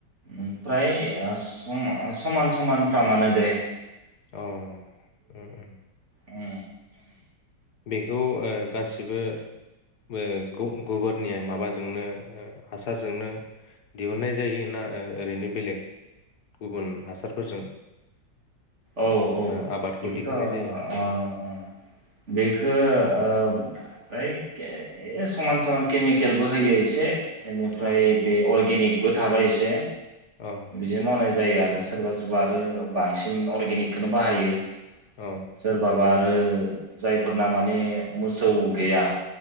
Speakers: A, on the right; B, on the left.
A: ओमफ्राय ओ समा समान समानफ्रामानो दे
B: अ ओ ओ
A: उ
B: बेखौ ओ गासिबो बो ग गबोरनिया माबाजोंनो हासारजोंनो दिहुननाय जायोना ओरैनो बेलेग गुबुन हासारफोरजों
A: औ-औ
B: ओ आबादखौ
A: बेखौथ'
B: दिखांनाय
A: अ-अ-अ
B: जायो
A: बे खो ओ <unintelligible> समान समान केमिकेलबो होयो एसे बेनिफ्राय
B: अ
A: बे अर्गेनिक बो थाबाय एसे
B: अ
A: बिदिनो मावनाय जायो आरो सोरबा सोरबा आरो बांसिन अर्गेनिकखौनो बाहायो
B: औ
A: सोरबाबा आरो जायफोरना माने मोसौ गैया